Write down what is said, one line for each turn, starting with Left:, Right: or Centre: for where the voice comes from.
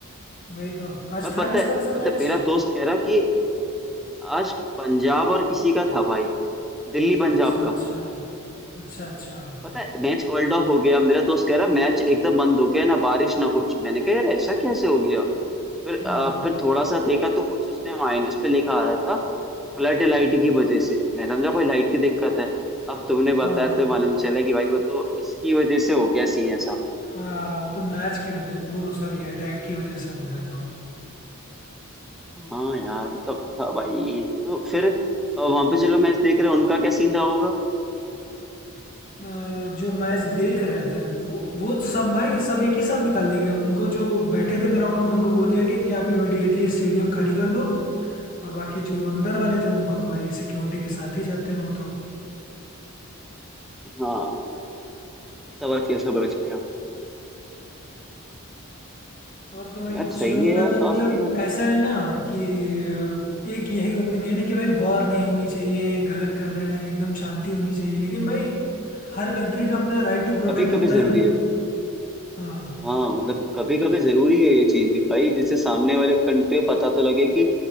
Left: वही तो आज
Centre: पर
Left: था
Centre: पता
Left: किसका
Centre: है
Left: वैसे
Centre: पता
Left: मैच
Centre: है मेरा दोस्त कह रहा कि आज पंजाब और किसी का था भाई दिल्ली पंजाब
Left: अच्छा
Centre: का
Left: अच्छा अच्छा अच्छा
Centre: पता है मैच कॉल्ड ऑफ हो गया मेरा दोस्त कह रहा मैच एकदम बंद हो गया ना बारिश ना कुछ मैंने कहा यार ऐसा कैसे हो गया फिर अ,
Left: हाँ
Centre: फिर थोड़ा सा देखा तो कुछ उसने माइनस पे लिखा आ रहा था फ्लड लाइट की वजह से मैं समझा कोई लाइट की दिक्कत है अब तुमने बताया
Left: हाँ
Centre: तो मालूम चला कि भाई वो तो इसकी वजह से हो गया सीन ऐसा
Left: हाँ वो तो मैच की वजह वो सॉरी अटैक की वजह से हो गया था
Centre: हाँ यार मतलब हाँ भाई तो फिर वहां पे चलो मैच देख रहे हैं, उनका क्या सीन रहा होगा
Left: अ, जो मैच देख रहे थे वो वो सब भाई सब एक ही साथ निकाल दिए गए उनको जो बैठे थे क्राउड में उनको बोल दिया गया कि आप इमिडिएटली स्टेडियम खाली कर दो और बाकी जो अंदर वाले थे उनको तो भाई सिक्योरिटी के साथ ही जाते हैं वो तो
Centre: हाँ तब कैसा बच गया
Left: और तो भाई
Centre: यार
Left: कुछ
Centre: सही
Left: लोगों
Centre: है
Left: का
Centre: यार
Left: तो मतलब
Centre: काफी मतलब
Left: ऐसा है ना कि अ, एक यही ओपिनियन है कि भाई वॉर नहीं होनी चाहिए गलत कर रहे हैं एकदम शांति होनी चाहिए लेकिन भाई हर कंट्री का अपना राइट टू प्रोटेक्ट
Centre: कभी
Left: होता
Centre: कभी
Left: है
Centre: जरूरी
Left: ना
Centre: है
Left: हाँ
Centre: हाँ मतलब कभी कभी जरूरी है ये चीज भी भाई जिससे सामने वाले कंट्री को पता तो लगे कि